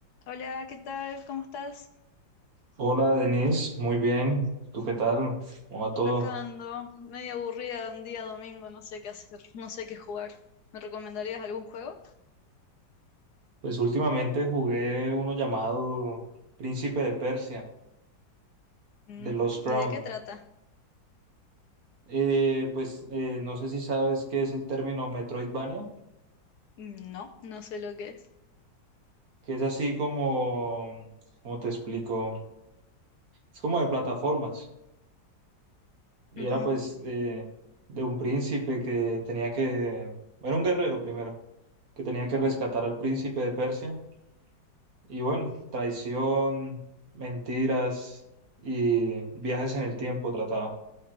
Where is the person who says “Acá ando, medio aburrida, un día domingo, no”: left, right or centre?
Left